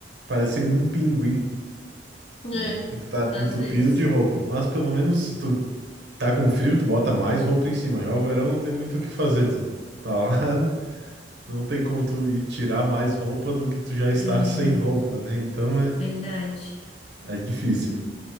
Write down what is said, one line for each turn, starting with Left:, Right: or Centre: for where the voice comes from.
Right: parecendo um pinguim,
Left: É,
Right: né? Tem que estar
Left: às
Right: entupido
Left: vezes.
Right: de roupa, mas pelo menos se tu tá com frio, tu bota mais roupa em cima. Já o verão não tem muito o que fazer, tu tá lá <laughs> Não tem como tu ir tirar mais roupa do que tu já estar
Left: É,
Right: sem roupa, né? Então é,
Left: verdade.
Right: é difícil.